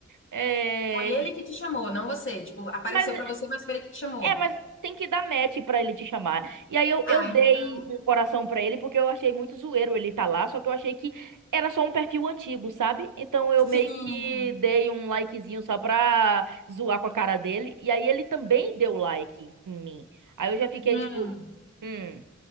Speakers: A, on the right; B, on the left.
A: é,
B: foi ele que te chamou, não você. Tipo, apareceu
A: mas
B: pra você, mas foi ele que te chamou.
A: é, mas tem que dar match pra ele te chamar. E aí eu,
B: Ah,
A: eu dei
B: então,
A: um coração pra ele porque eu achei muito zoeiro ele tá lá, só que eu achei que era só um perfil antigo, sabe? Então eu
B: sim.
A: meio que dei um likezinho só pra zoar com a cara dele. E aí ele também deu like em mim. Aí eu já fiquei
B: Hum,
A: tipo, hum.